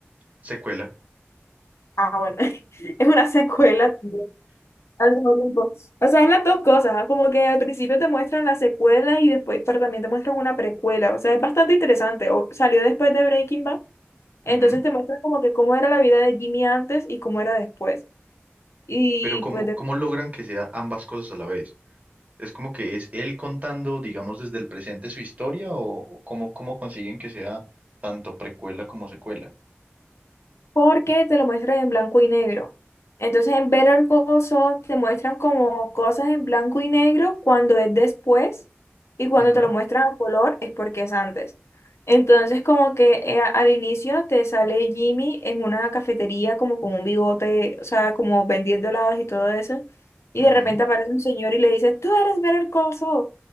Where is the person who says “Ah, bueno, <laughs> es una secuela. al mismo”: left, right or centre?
Left